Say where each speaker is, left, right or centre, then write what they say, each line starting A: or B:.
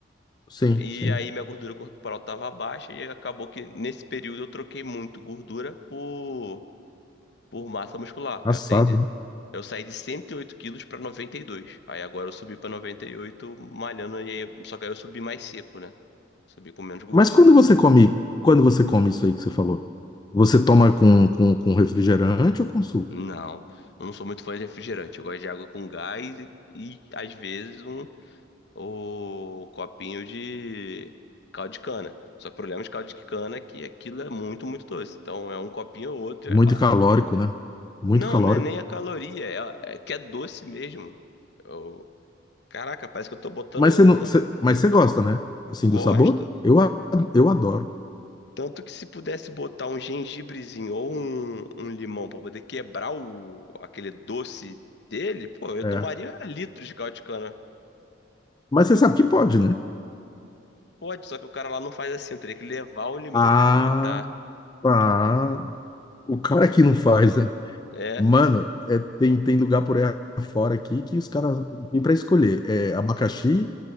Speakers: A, on the left; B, on the left.
A: Sim,
B: E
A: sim.
B: aí minha gordura corporal estava baixa e acabou que nesse período eu troquei muito gordura por, por massa muscular.
A: Assado.
B: Aí eu saí de
A: né?
B: eu saí de 108 quilos para noventa e dois Aí agora eu subi para 98 malhando e aí, só que aí eu subi mais seco, né? Subi com menos gordura.
A: Mas quando você come, quando você come isso aí que você falou, você toma com, com, com refrigerante ou com suco?
B: Não, eu não sou muito fã de refrigerante. Eu gosto de água com gás e, e às vezes um, o copinho de caldo de cana. Só que o problema de caldo de cana é que aquilo é muito, muito doce. Então é um copinho ou outro
A: Muito
B: e é lá.
A: calórico, né? Muito
B: Não,
A: calórico.
B: não é nem a caloria, é, a- é que é doce mesmo. Eu- caraca, parece que eu tô botando
A: Mas
B: um.
A: você não, você- mas você gosta, né? Assim,
B: Gosto.
A: do sabor? Eu, a- eu adoro.
B: Tanto que se pudesse botar um gengibrezinho ou um, um limão pra poder quebrar o, aquele doce dele, pô, eu
A: É.
B: tomaria litros de caldo de cana.
A: Mas você sabe que pode, né?
B: Pode, só que o cara lá não faz assim, eu teria que levar o limão
A: Ah,
B: pra ele botar.
A: ah, o cara que não faz, né?
B: É,
A: Mano, é, tem, tem lugar por aí fora aqui que os caras têm pra escolher. É abacaxi,